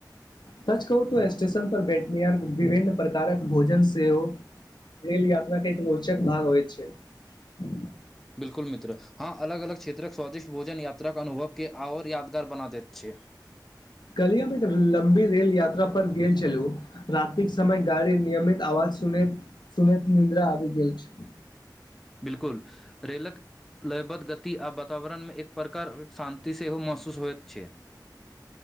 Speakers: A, on the left (about 70°); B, in the centre.
A: तच कहू तो स्टेशन पर बैठनीयार विभिन्न प्र कारक भोजन सेहो रेल यात्रा के एक रोचक भाग होइ छै ह
B: बिलकुल मित्र हँ अलग अलग क्षेत्रक स्वादिष्ट भोजन यात्राक के अनुभव के आओर यादगार बना देैत छै
A: कलियामे एक लम्बी रेल यात्रा पर गेल छलू रतििक समय गाड़ी निियमित आवाज सुने त निद्रा आवि गेल छै
B: बिलकुल रेलक लयबद्ध गति आ वातावरणमे एक प्रकार शान्ति सेहो महसूस होइत छै